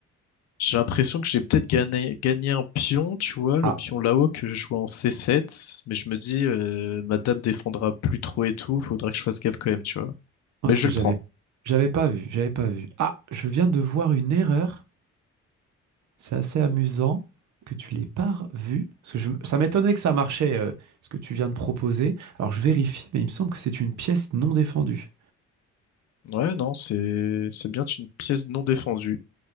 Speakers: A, on the left; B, on the right.
A: J'ai l'impression que j'ai peut-être gagné, gagné un pion, tu vois, le
B: Ah,
A: pion là-haut que je jouais en C7, mais je me dis, euh, ma dame défendra plus trop et tout, faudra que je fasse gaffe quand même, tu vois.
B: ok,
A: mais je vais
B: j'avais,
A: le prendre.
B: j'avais pas vu, j'avais pas vu. Ah, je viens de voir une erreur. C'est assez amusant que tu l'aies pas vue. Parce que je, ça m'étonnait que ça marchait, euh, ce que tu viens de proposer. Alors, je vérifie, mais il me semble que c'est une pièce non défendue.
A: Ouais, non, c'est c'est bien une pièce non défendue.